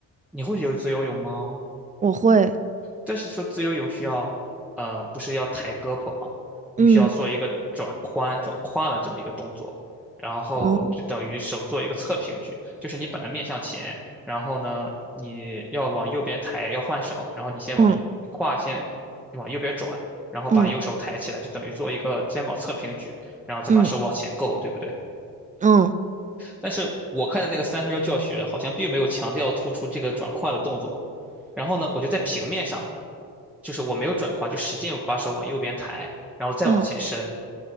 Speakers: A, in the centre; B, on the right.
A: 你会游自由泳吗？
B: 我会，
A: 但是说自由泳需要，呃，不是要抬胳膊吗？你需要做一个转髋、
B: 嗯，
A: 转胯的这么一个动作，然后就等于手做一个侧平举，
B: 哦，
A: 就是你本来面向前，然后呢，你要往右边抬，要换手，然后你先往胯先往右边转，
B: 嗯
A: 然后把右手抬起来，
B: 嗯
A: 就等于做一个肩膀侧平举，然后再把手往前够，
B: 嗯
A: 对不对？
B: 嗯嗯
A: 但是我看的那个三分钟教学好像并没有强调突出这个转胯的动作，然后呢，我就在平面上。就是我没有转胯，就使劲把手往右边抬，然后再往前伸，
B: 嗯，